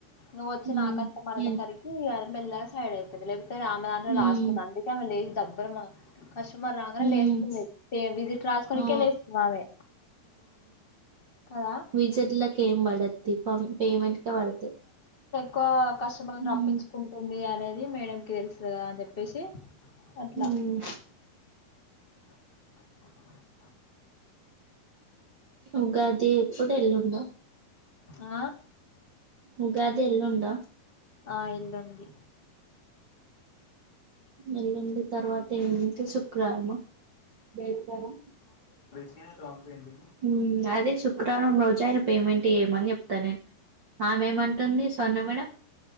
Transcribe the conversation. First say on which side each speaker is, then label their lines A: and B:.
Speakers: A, on the left; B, on the right.
A: నువ్వు వచ్చి నా
B: ఉమ్
A: కష్టపడండి
B: ఎం
A: సరికి మెల్లగా సైడ్ అయిపెంది లేవ్ అమె దాంట్లో
B: ఉమ్
A: రాసుకుంది అందుకే ఆమె లేచి దబ్బున మా కస్టమర్ రాంగనే
B: ఉమ్
A: లేస్తుంది తెమ్ విజిట్ రాసుకోనికే
B: ఆ
A: లేస్ ఆమె కదా
B: విజిట్ల కేం పడద్ తి పమ్ పేమెంట్ క్ పడతయి
A: కువ కస్టమర్ లన్ రప్పించుకుంటుంది
B: ఉమ్
A: అనేది మేడం కి తెలుస్ కదా అని జెప్ పెషి అట్లా
B: ఉమ్
A: <inaudible>
B: ఉగాది ఇప్ డే <unintelligible> ఎల్లుండ
A: ఆ
B: ఉగాది ఎల్లుండ
A: ఆ ఎల్లుండి
B: ఎల్లుండి తర్వాత నుంటి శుక్రవారం బెచ్చారం
A: నేనే త్రోమిబి అండి
B: ఉమ్అదే శుక్రారం రోజా పేమెంట్ ఇయమని చెప్తా నేను ఆమె ఏమంటుంది స్వర్ణ మేడమ్